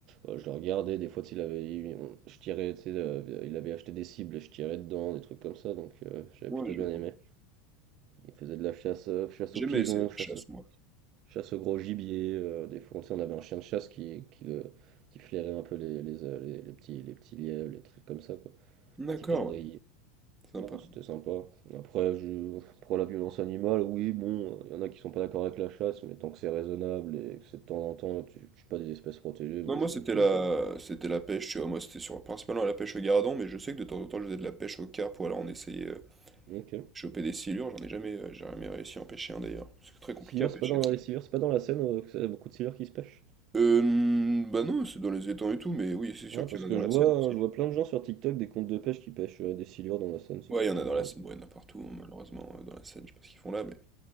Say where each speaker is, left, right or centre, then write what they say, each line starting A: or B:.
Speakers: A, on the right; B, on the right.
A: euh, je le regardais, des fois, il avait, il- on- je tirais, tu sais, euh, il avait acheté des cibles et je tirais dedans, des trucs comme ça, donc euh, j'avais
B: Moi,
A: plutôt
B: je
A: bien
B: vois.
A: aimé. Il faisait de la chasse, euh, chasse
B: J'aimais
A: aux pigeons,
B: essayer la
A: chasse,
B: chasse,
A: au-
B: moi.
A: chasse au gros gibier, euh, des fois, tu sais, on avait un chien de chasse qui, qui, le- qui flairait un peu les, les, euh, les- les petits, les petits lièvres, les trucs comme ça, quoi,
B: D'accord,
A: petits perdrix.
B: ouais. Sympa.
A: Non, non, c'était sympa. Après, je... pour la violence animale, oui, bon, il y en a qui sont pas d'accord avec la chasse, mais tant que c'est raisonnable et que c'est de temps en temps, tu tues pas des espèces protégées, moi
B: Non, moi,
A: je
B: c'était
A: trouve qu'il
B: la...
A: y a.
B: c'était la pêche, tu vois. Moi, c'était sur... principalement la pêche au gardon, mais je sais que de temps en temps, je faisais de la pêche au carpe ou alors on essayait euh,
A: Ok.
B: choper des silures. J'en ai jamais, euh, j'ai jamais réussi à en pêcher un, d'ailleurs. C'est très compliqué
A: Scieur,
B: à pêcher.
A: c'est pas dans
B: ça.
A: les scieurs, c'est pas dans la Seine, euh, que c'est y a beaucoup de scieurs qui se pêchent.
B: Euh... Bah non, c'est dans les étangs et tout, mais oui, c'est sûr
A: Ouais,
B: qu'il
A: parce
B: y en
A: que
B: a dans la
A: je vois,
B: Seine
A: hein,
B: aussi.
A: je vois plein de gens sur TikTok des comptes de pêche qui pêchent euh, des silures dans la Seine, c'est
B: Ouais,
A: pour
B: il y
A: ça
B: en a
A: que
B: dans
A: je
B: la
A: me
B: Seine,
A: dis.
B: ouais, il y en a partout, hein, malheureusement, euh, dans la Seine, je sais pas ce qu'ils font là, mais...